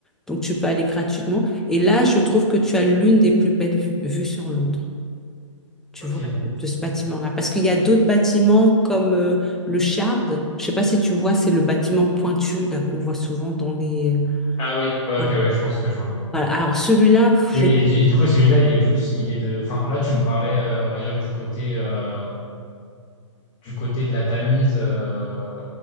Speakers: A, in the centre; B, on the left.
A: Donc, tu peux aller gratuitement. Et là, je trouve que tu as l'une des plus belles vues, vues sur Londres. Tu
B: Ok.
A: vois, de de ce bâtiment-là. Parce qu'il y a d'autres bâtiments comme euh, le Shard. Je sais pas si tu vois, c'est le bâtiment pointu là qu'on voit souvent dans les...
B: Ah oui, ouais,
A: Ouais.
B: ok, ouais, je pense que je vois.
A: Voilà. Alors, celui-là, pff,
B: Oui, et, du et du coup, celui-là, il est plus, il est de, enfin, là, tu me parlais, euh, on va dire, du côté, euh, du côté de la Tamise, euh,